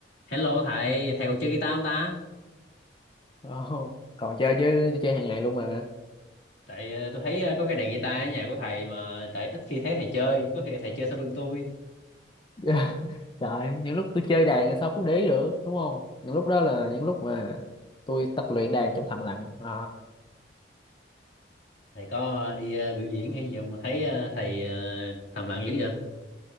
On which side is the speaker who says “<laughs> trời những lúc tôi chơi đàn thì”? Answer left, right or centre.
Left